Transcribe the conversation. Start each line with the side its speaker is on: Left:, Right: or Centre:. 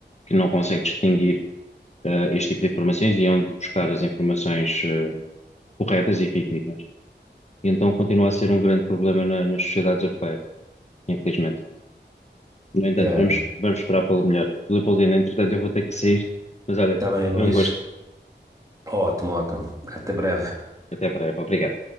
Left: que não consegue distinguir ah, este tipo de informações e é onde buscar as informações ah, corretas e fidedignas. E então continua a ser um grande problema na- nas sociedades europeias, infelizmente. No entanto,
Right: É,
Left: vamos, vamos esperar pelo melhor. Leopoldina, entretanto, eu vou ter que sair, mas olha,
Right: também, Luís.
Left: foi um gosto.
Right: Ótimo, ótimo. Até breve.
Left: Até breve. Obrigado.